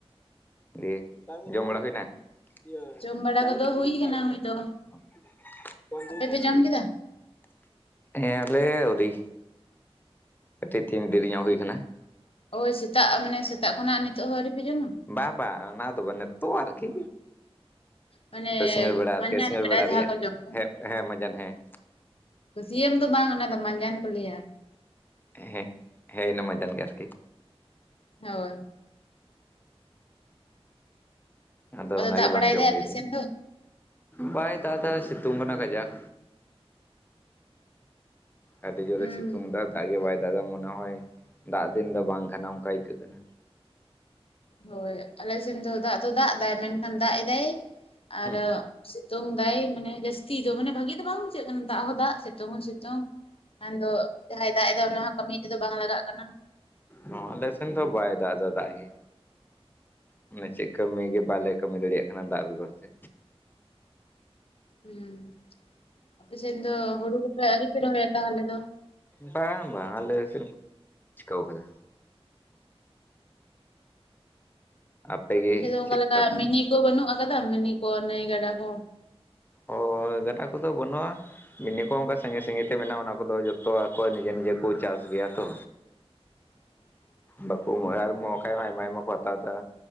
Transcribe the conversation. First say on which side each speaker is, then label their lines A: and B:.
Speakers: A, on the left; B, on the left.
A: ᱫᱤᱭᱮ ᱡᱚᱢ ᱵᱟᱲᱟ ᱦᱩᱭᱱᱟ? <inaudible>
B: ᱡᱚᱢ ᱵᱟᱲᱟ ᱠᱚᱫᱚ ᱦᱩᱭ ᱠᱟᱱᱟ ᱦᱩᱭ ᱫᱚ ᱟᱯᱮ ᱯᱮ ᱡᱚᱢ ᱠᱮᱫᱟ?
A: ᱦᱮᱸ ᱟᱞᱮ ᱟᱹᱣᱨᱤ ᱠᱟᱹᱴᱤᱡ ᱛᱤᱧ ᱫᱮᱨᱤᱧᱚᱜ ᱦᱩᱭ ᱠᱟᱱᱟ᱾
B: ᱳᱭ ᱥᱮᱛᱟᱜ ᱢᱟᱱᱮ ᱥᱮᱛᱟᱜ ᱠᱷᱚᱱᱟᱜ ᱱᱤᱛᱚᱜ ᱦᱚᱸ ᱟᱹᱣᱨᱤᱯᱮ ᱡᱚᱢᱟ?
A: ᱵᱟ ᱵᱟ ᱚᱱᱟ ᱫᱚ ᱵᱟ ᱱᱤᱛᱜ ᱟᱨᱠᱤ᱾
B: ᱢᱟᱱᱮ
A: ᱱᱤ ᱥᱤᱸᱜᱟᱹᱲ ᱵᱮᱲᱟ ᱟᱨᱠᱤ
B: ᱢᱟᱸᱡᱟᱱ
A: ᱥᱤᱸᱜᱟᱹᱲ ᱵᱮᱲᱟ
B: ᱡᱟᱦᱟᱸ
A: ᱨᱮᱭᱟᱜ
B: ᱠᱚ ᱡᱚᱢ ᱫᱚ
A: ᱦᱮ ᱦᱮᱸ ᱢᱟᱡᱟᱱ ᱦᱮᱸ᱾
B: ᱵᱟᱹᱥᱭᱟᱹᱢ ᱫᱚ ᱵᱟᱝ ᱚᱱᱟ ᱫᱚ ᱢᱟᱸᱡᱟᱱ ᱠᱚ ᱞᱮᱭᱟ᱾
A: ᱦᱮᱸ ᱦᱮᱸᱤᱱᱟᱹᱢᱟᱡᱟᱱ ᱜᱮ ᱟᱨᱠᱤ᱾
B: ᱦᱳᱭ
A: ᱟᱫᱚ ᱚᱱᱟᱜᱮ
B: ᱫᱟᱜ ᱵᱟᱲᱟᱭ
A: ᱵᱟᱝ ᱡᱚᱢ
B: ᱫᱟᱭ
A: ᱦᱩᱭ
B: ᱟᱯᱮ
A: ᱠᱟᱱᱟ᱾
B: ᱥᱮᱱ ᱫᱚ?
A: ᱵᱟᱭ ᱫᱟᱜ ᱫᱟ ᱥᱤᱛᱩᱝ ᱠᱟᱱᱟ ᱠᱟᱡᱟᱠ᱾ ᱟᱹᱰᱤ ᱡᱳᱨᱮ
B: ᱦᱩᱸ
A: ᱥᱤᱛᱩᱝ ᱫᱟ᱾ ᱫᱟᱜ ᱜᱮ ᱵᱟᱭ ᱫᱟᱜ ᱫᱟ ᱢᱚᱱᱮ ᱦᱚᱭ, ᱫᱟᱜ ᱫᱤᱱ ᱫᱚ ᱵᱟᱝ ᱠᱟᱱᱟ ᱚᱱᱠᱟ ᱟᱹᱭᱠᱟᱹᱜ ᱠᱟᱱᱟ᱾
B: ᱦᱳᱭ ᱟᱞᱮᱥᱮᱱ ᱫᱚ ᱫᱟᱜ ᱫᱚ ᱫᱟᱜ ᱫᱟᱭ ᱢᱮᱱᱠᱷᱟᱱ ᱫᱟᱜ ᱮᱫᱟᱭ ᱟᱨ
A: ᱦᱩᱸ
B: ᱥᱤᱛᱩᱝ ᱫᱟᱭ ᱢᱟᱱᱮ ᱡᱟᱹᱥᱛᱤ ᱫᱚ ᱢᱟᱱᱮ ᱵᱷᱟᱜᱤ ᱫᱚ ᱵᱟᱝ ᱵᱩᱡᱷᱟᱹᱜ ᱠᱟᱱᱟ᱾ ᱫᱟᱜ ᱦᱚᱸ ᱫᱟᱜ ᱥᱤᱛᱩᱝ ᱦᱚᱸ ᱥᱤᱛᱩᱝ᱾ ᱠᱷᱟᱱ ᱫᱚ ᱡᱟᱦᱟᱸᱭ ᱫᱟᱜ ᱮᱫᱟ ᱚᱱᱟᱦ ᱠᱟᱹᱢᱤ ᱛᱮᱫᱚ ᱵᱟᱝ ᱞᱟᱜᱟᱜ ᱠᱟᱱᱟ᱾
A: ᱦᱚᱸ ᱞᱮᱥᱮᱱ ᱫᱚ ᱵᱟᱭ ᱫᱟᱜ ᱫᱟ ᱫᱟᱜ ᱜᱮ᱾ ᱢᱟᱱᱮ ᱪᱮᱫ ᱠᱟᱹᱢᱤ ᱜᱮ ᱵᱟᱞᱮ ᱠᱟᱹᱢᱤ ᱫᱟᱲᱮᱭᱟᱜ ᱠᱟᱱᱟ ᱫᱟᱜ ᱵᱮᱜᱚᱨ ᱛᱮ᱾
B: ᱦᱩᱸ, ᱟᱯᱮ ᱥᱮᱱ ᱫᱚ ᱦᱩᱲᱩ ᱠᱚᱯᱮ ᱟᱹᱣᱨᱤᱯᱮ ᱨᱚᱦᱚᱭᱟ ᱛᱟᱦᱞᱮ ᱫᱚ᱾
A: ᱵᱟᱝ ᱵᱟᱝ ᱟᱞᱮ ᱥᱮᱫ ᱫᱚ ᱪᱤᱠᱟᱹᱣ ᱠᱟᱫᱟ᱾ ᱟᱯᱮᱜᱮ
B: ᱟᱯᱮᱥᱮᱫ ᱫᱚ ᱚᱝᱠᱟ
A: ᱪᱮᱫᱠᱟ
B: ᱞᱮᱠᱟ ᱢᱤᱱᱤ ᱠᱚ ᱵᱟᱹᱱᱩᱜ ᱠᱟᱫᱟ ᱢᱤᱱᱤ ᱠᱚ ᱱᱟᱹᱭ ᱜᱟᱰᱟ ᱠᱚ᱾
A: ᱚ ᱜᱟᱰᱟ ᱠᱚᱫᱚ ᱵᱟᱹᱱᱩᱜᱼᱟ᱾ ᱢᱤᱱᱤ ᱠᱚ ᱚᱱᱠᱟ ᱥᱟᱸᱜᱤᱧ ᱥᱟᱸᱜᱤᱧ ᱛᱮ ᱢᱮᱱᱟᱜᱼᱟ ᱚᱱᱟ ᱠᱚᱫᱚ ᱡᱚᱛᱚ ᱟᱠᱚᱣᱟᱜ ᱱᱤᱡᱮ ᱱᱤᱡᱮ ᱠᱚ ᱪᱟᱥ ᱜᱮᱭᱟ ᱛᱚ᱾
B: <unintelligible>
A: ᱵᱟᱠᱚ ᱮᱢᱚᱜᱼᱟ ᱟᱨ ᱮᱢᱚᱜ ᱠᱷᱟᱱ ᱦᱚᱸ ᱟᱭᱢᱟ ᱟᱭᱢᱟ ᱠᱚ ᱦᱟᱛᱟᱣ ᱫᱟ